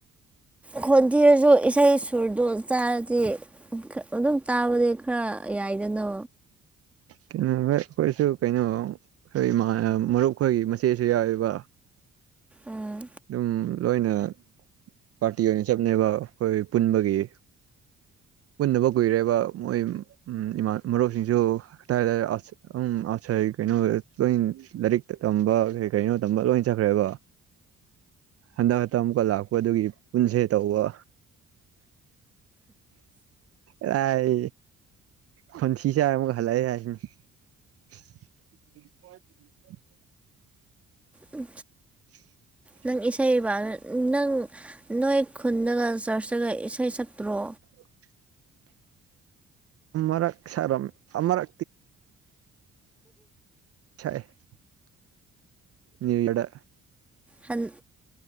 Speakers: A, in the centre; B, on the right.
A: ꯈꯣꯟꯊꯤꯔꯁꯨ ꯏꯁꯩ ꯁꯨꯔꯗꯣ ꯆꯥꯔꯗꯤ ꯑꯗꯨꯝ ꯇꯥꯕꯗꯤ ꯈꯔ ꯌꯥꯏꯗꯅ
B: ꯀ ꯀꯣꯏꯁꯨ ꯀꯩꯅꯣ ꯑꯩꯈꯣꯏ ꯃꯔꯨꯞꯈꯣꯏꯒꯤ ꯃꯆꯦꯠꯁꯨ ꯌꯥꯎꯋꯕ
A: ꯎꯝ
B: ꯑꯗꯨꯝ ꯂꯣꯏꯅ ꯄꯥꯔꯇꯤ ꯑꯣꯏꯅ ꯆꯞꯅꯦꯕ ꯑꯩꯈꯣꯏ ꯄꯨꯟꯕꯒꯤ ꯄꯨꯟꯅꯕ ꯀꯨꯏꯔꯦꯕ ꯃꯣꯏ ꯎ ꯏꯃꯥ ꯃꯔꯣꯛꯁꯤꯡꯁꯨ ꯍꯥꯏ ꯎ ꯀ ꯀꯩꯅꯣ ꯂꯣꯏ ꯂꯥꯏꯔꯤꯛꯇ ꯇꯝꯕ ꯀ ꯀꯩꯅꯣ ꯇꯝꯕ ꯂꯣꯏ ꯆꯠꯈ꯭ꯔꯦꯕ ꯍꯟꯗꯛꯛꯇ ꯑꯃꯨꯛꯀ ꯂꯥꯛꯄ ꯑꯗꯨꯒꯤ ꯄꯨꯟꯁꯦ ꯇꯧꯕ <inaudible> ꯇꯥꯏ ꯈꯟꯁꯤ ꯆ ꯑꯃ ꯍꯂꯥꯏ ꯍꯥꯏꯅꯤ <unintelligible>
A: ꯎ
B: <inaudible>
A: ꯅꯪ ꯏꯁꯩ ꯅꯪ ꯅꯣꯏ ꯈꯨꯟꯗꯒ ꯆꯔꯆꯇꯒ ꯏꯁꯩ ꯁꯛꯇ꯭ꯔꯣ
B: <inaudible> ꯑꯔ ꯁꯔꯝ ꯑꯔ <inaudible> ꯃꯤꯗꯥ
A: ꯍꯟ